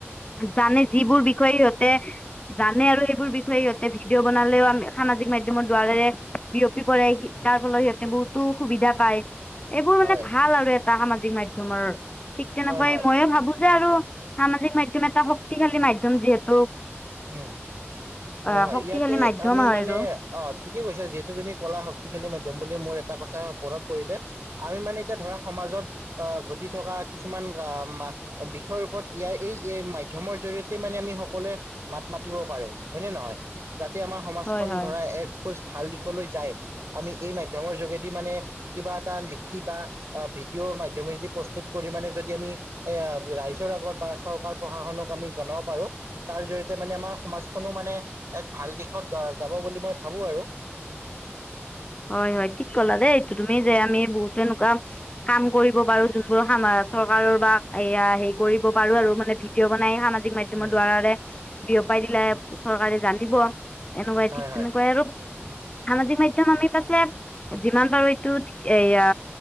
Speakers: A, on the left; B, on the right.
A: জানে যিবোৰ বিষয়ে সিহঁতে জানে আৰু সেইবোৰ বিষয়ে ইহঁতে ভিডিঅ' বনালেও আমি হা সামাজিক মাধ্যমৰ দ্বাৰৰে বিয়পি কৰে তাৰ ফলত সিহঁতে বহুতো সুবিধা পায় এইবোৰ মানে
B: হয়,
A: ভাল আৰু এটা সামাজিক মাধ্যমৰ ঠিক তেনেকুৱা
B: হয় হয়।
A: ময়ে ভাবো যে আৰু সামাজিক মাধ্যম এটা শক্তিশালী মাধ্যম যিহেতু
B: উম হয়
A: আহ
B: হয়
A: শক্তিশালী
B: ইয়াতে
A: মাধ্যম
B: আমি
A: হয়
B: মানে
A: আৰু
B: অ ঠিকে কৈছো যিহেতু তুমি কলা শক্তি খেল মাধ্যম বুলি মোৰ এটা কথা মনত পৰিলে আমি মানে এতিয়া ধৰা সমাজত ঘটি থকা কিছুমান আহ বিষয়ৰ ওপৰত ইয়াৰ এই মাধ্যমৰ জৰিয়তে মানে আমি সকলোৱে মাত মাতিব পাৰো হয়নে নহয় যাতে আমাৰ সমাজখন
A: হয় হয়।
B: ধৰা এক সুস্থ ভাল দিশলৈ য আমি এই মাধ্যমৰ যোগেদি মানে কিবা এটা লিখি ভিডিঅ' মাধ্যমেদি প্ৰস্তুত কৰি আমি যদি এ ৰাইজৰ আগত বা চৰকাৰ প্ৰশাসনক আমি জনাব পাৰোঁ পাৰোঁ তাৰ জৰিয়তে মানে আমাৰ সমাজখনো মানে এক ভাল দিশত যাব বুলি মই ভাবো আৰু
A: <inaudible> হয় হয় ঠিক কলা দেই এইটো তুমি যে আমি বহুতো এনেকুৱা কাম কৰিব পাৰো যোনবোৰ চৰকাৰৰ বা এয়া হেৰি কৰিব পাৰো আৰু মানে ভিডিঅ' বনাই খান মাধ্যমৰ
B: উম,
A: দ্বাৰাৰে বিয়পাই দিলে চৰকাৰে জানিব এনেকুৱাই
B: হয়
A: ঠিক
B: হয়।
A: তেনেকুৱাই আৰু সামাজিক মাধ্যম আমি ছে যিমান পাৰো এইটো এয়া